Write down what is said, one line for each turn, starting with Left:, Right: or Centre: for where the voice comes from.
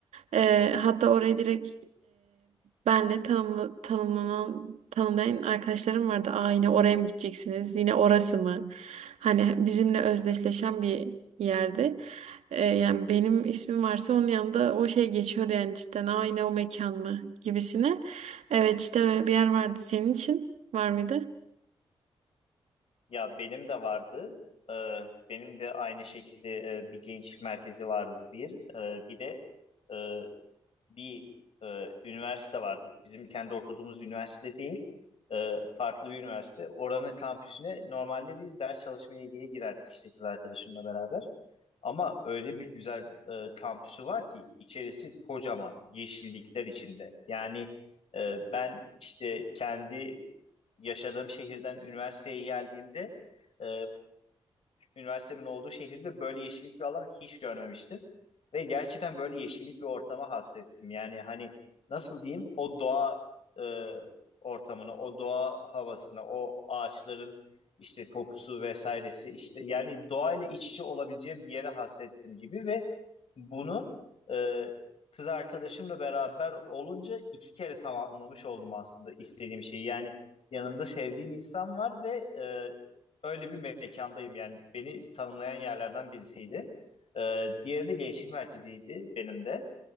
Right: E, hatta orayı direkt Benle tanımla, tanımlanan, tanımlayan arkadaşlarım vardı. Aa yine oraya mı gideceksiniz? Yine orası mı? Hani bizimle özdeşleşen bir yerdi. Ee, yani benim ismim varsa onun yanında o şey geçiyordu yani cidden. Aa yine o mekan mı? Gibisine. Evet işte böyle bir yer vardı. Senin için var mıydı?
Left: Ya benim de vardı. E, benim de aynı şekilde e, bir gençlik merkezi vardı bir. E, bir de e, bir e, üniversite vardı. Bizim kendi okuduğumuz üniversite değil, e, farklı bir üniversite. Oranın kampüsüne normalde biz ders çalışmaya diye girerdik işte kız arkadaşımla beraber. Ama öyle bir güzel e, kampüsü var ki içerisi kocaman yeşillikler içinde. Yani e, ben işte kendi yaşadığım şehirden üniversiteye geldiğimde e, üniversitemin olduğu şehirde böyle yeşillik bir alan hiç görmemiştim. Ve gerçekten böyle yeşillik bir ortama hasrettim. Yani hani nasıl diyeyim o doğa e, ortamına, o doğa havasına, o ağaçların işte kokusu vesairesi işte yani doğayla iç içe olabileceğim bir yere hasrettim gibi ve bunu e, kız arkadaşımla beraber olunca iki kere tamamlamış oldum aslında istediğim şeyi. Yani yanımda sevdiğim insan var ve e, öyle bir mekandayım. Yani beni tanımlayan yerlerden birisiydi. Ee, diğeri de gençlik merkeziydi benim de.